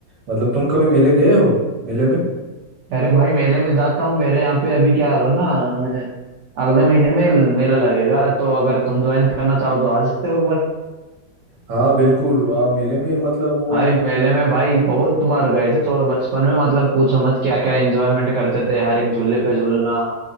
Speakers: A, on the right; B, on the right.
A: मतलब तुम कभी मेले गए हो मेले में
B: अरे भाई मेले में जाता हूँ मेरे यहाँ पे अभी क्या रहा ना अगले महीने में मेला लगेगा तो अगर तुम ज्वाइन करना चाहो तो आ सकते हो एक बार
A: हाँ बिल्कुल आ, मेले में मतलब वो
B: भाई
A: जो
B: मेले में भाई बहुत बार गए थे छोड़ बचपन में मतलब पूछो मत क्या क्या एंजॉयमेंट करते थे हर एक झूले पे झूलना